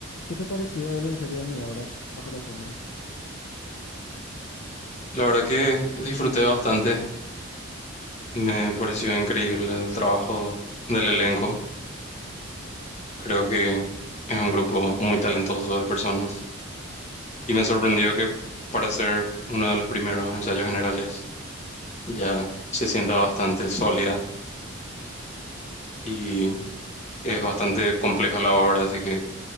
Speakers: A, on the left; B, on the left.
A: ¿Qué te pareció el ensayo de mi obra, Bajo la alfombra?
B: La verdad que disfruté bastante. Me pareció increíble el trabajo del elenco. Creo que es un grupo muy talentoso de personas. Y me sorprendió que para ser uno de los primeros ensayos generales ya se sienta bastante sólida y es bastante compleja la obra, así que